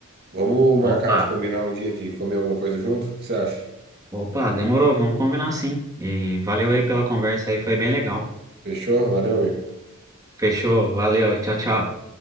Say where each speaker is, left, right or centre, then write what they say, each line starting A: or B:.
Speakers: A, on the right (about 50°); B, on the right (about 15°).
A: Vamos marcar
B: Opa,
A: de combinar um dia de comer alguma coisa junto? O que você acha?
B: opa, demorou, vamos combinar sim. E valeu aí pela conversa aí, foi bem legal.
A: Fechou? Valeu, amigo.
B: Fechou, valeu, tchau, tchau.